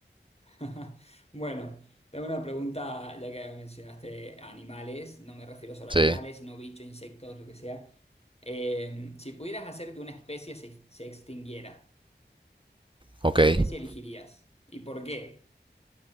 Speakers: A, on the left (about 35°); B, on the right (about 25°).
A: <laughs> Bueno, tengo una pregunta, ya que mencionaste animales, no me refiero solo
B: Sí,
A: a animales, sino bichos, insectos, lo que sea. Eh, si pudieras hacer que una especie se, se extinguiera,
B: ok.
A: ¿qué especie
B: <laughs>
A: elegirías? ¿Y por qué?